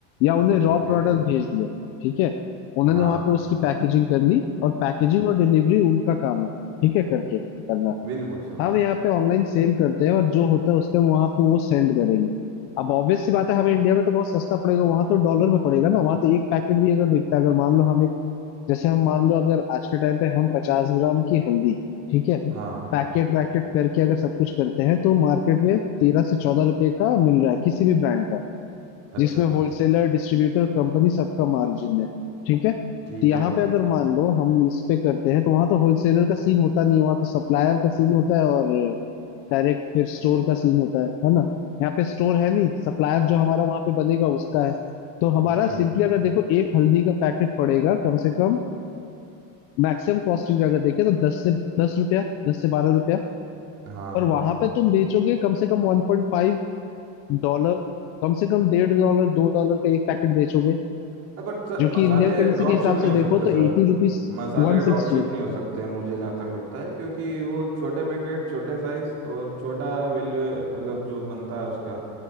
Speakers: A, on the left (about 35°); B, on the right (about 35°).
A: या उन्हें
B: ठीक
A: रॉ
B: है
A: प्रोडक्ट भेज दिया ठीक है उन्होंने
B: हाँ
A: वहां पे उसकी पैकेजिंग कर ली और पैकेजिंग और डिलीवरी उनका काम है ठीक है करके करना
B: बिल्कुल सर
A: हम यहाँ पे ऑनलाइन सेल करते हैं और जो होता है उसके वहां पे वो सेंड करेंगे अब ऑब्वियस सी बात है हमें इंडिया में तो बहुत सस्ता पड़ेगा वहां तो डॉलर में पड़ेगा ना वहां तो एक पैकेट भी अगर बिकता है अगर मान लो हम एक जैसे हम मान लो अगर आज के टाइम पे हम पचास ग्राम की हल्दी ठीक है
B: हाँ
A: पैकेट वैकेट करके अगर सब कुछ करते हैं तो मार्केट में तेरह से चौदह रुपए का मिल रहा है किसी भी ब्रांड का
B: अच्छा
A: जिसमें
B: अच्छा
A: होलसेलर डिस्ट्रीब्यूटर कंपनी सबका मार्जिन है ठीक है तो
B: ठीक
A: यहाँ
B: है
A: पे अगर मान लो हम इस पे करते हैं तो वहां तो होलसेलर का सीन होता नहीं है, वहां तो सप्लायर का सीन होता है और डायरेक्ट फिर स्टोर का सीन होता है है ना यहाँ पे स्टोर है नहीं सप्लायर जो हमारा वहां पे बनेगा उसका है तो हमारा
B: हम्म
A: सिंपली अगर देखो एक हल्दी का पैकेट पड़ेगा कम से कम मैक्सिमम कॉस्टिंग अगर देखें तो दस से दस रुपया दस से बारह रुपया
B: हाँ
A: और
B: हाँ
A: वहां पे तुम बेचोगे कम से कम वन पॉइंट फाइव डॉलर कम से कम डेढ़ डॉलर दो डॉलर का एक पैकेट बेचोगे
B: हाँ बट सर
A: जो
B: मसाले
A: कि इंडियन करेंसी
B: ड्रॉप
A: के हिसाब
B: शिप नहीं
A: से
B: हो सकते
A: देखो
B: सर
A: तो एटी रुपीज
B: मसाले
A: वन
B: ड्रॉप
A: सिक्सटी
B: शिप
A: है
B: नहीं हो सकते मुझे जहाँ तक लगता है क्योंकि वो छोटे पैकेट छोटे साइज और छोटा वैल्यू मतलब जो बनता है उसका